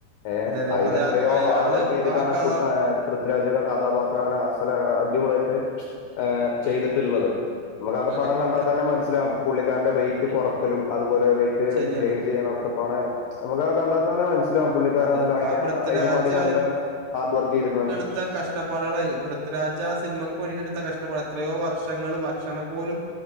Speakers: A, on the left; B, on the right.
A: ഏ
B: അതെ അതെ
A: അതിന്
B: അതെ
A: എത്രയോ
B: അയാള്
A: ഹാർഡ് വർക്ക് ചെയ്തിട്ടാണ്ൃ
B: ആ കഥാ
A: രാചക കഥാപാത്രം അങ്ങനെ
B: ഉം
A: അല അടിപൊളിയിട്ട് ഹ്
B: ഉം
A: ചെയ്തിട്ടുള്ളത് നമുക്ക ആക്കെ
B: അതെ അതെ
A: പടം കണ്ടാത്തെ
B: വൃ-
A: തന്നെ മനസ്സിലാവും പുള്ളിക്കാരുടെ വെയിറ്റ്
B: ഉം
A: കുറക്കലും
B: ഉം ഉം
A: അതുപോലെ വെയിറ്റ്
B: ശരിയാണ്
A: ഗെയിൻ ചെയ്യാനൊക്കെ അപ്പോ നമുക്ക് കണ്ടാത്ത തന്നെ മനസ്സിലാവും പുള്ളിക്കാരല്ല
B: അതെ ആ പൃഥ്വിരാജ്
A: അതിന്ടി നല്ല ഹാർഡ് വർക്ക് ചെയ്തു
B: എടുത്തെ കഷ്ടപ്പാടുകളായി പ്രിത്വിരാജ് ആ സിനിമയ്ക്ക് വേണ്ടിട്ട് എടുത്ത കഷ്ടപ്പാട എത്രയോ വർഷങ്ങൾ ഭക്ഷണ പോലും